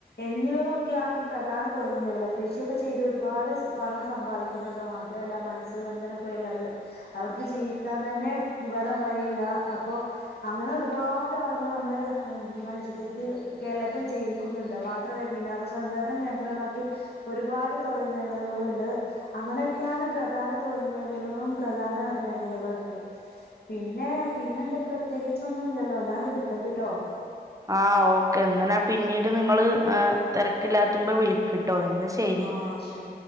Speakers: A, on the left; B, on the right.
A: എന്നിവയൊക്കെയാണ് പ്രധാന തൊഴിൽ മേഖല കൃഷിയൊക്കെ ചെയ്ത് ഒരുപാട് പണം സമ്പാദിക്ക ുന്നുണ്ട് മാത്രല്ല മത്സ്യബന്ധനം തൊഴിലാളികൾ അവർക്ക് ജീവിക്കാൻ തന്നെ വേറെ വഴിയില്ല അപ്പൊ അങ്ങനെ ഒരുപാട് ആളുകൾ നമ്മള് മനുഷ്യർ ഇത് കേരളത്തിൽ ജീവിക്കുന്നുണ്ട് മാത്രല്ല വിനോദ സഞ്ചാരം കേന്ദ്രമാക്കി ഒരുപാട് തൊഴിൽ മേഖലകളുണ്ട് അങ്ങനെയൊക്കെയാണ് പ്രധാന തൊഴിൽ മേഖലകളും പ്രധാന മേഖലകളൊക്കെ പിന്നെ പിന്നെന്താ പ്രത്യേകിച്ചൊന്നും ഇല്ലല്ലോ ഞാൻ വിളിക്കതിട്ടോ
B: ആ് ഓക്കെ എന്നനാ പിന്നീട് നിങ്ങള്ൾ തിരക്കില്ലാത്തുമ്പോ വിളിക്കട്ട് ട്ടോ ന്നാ ശരി
A: ആഹ് ശരി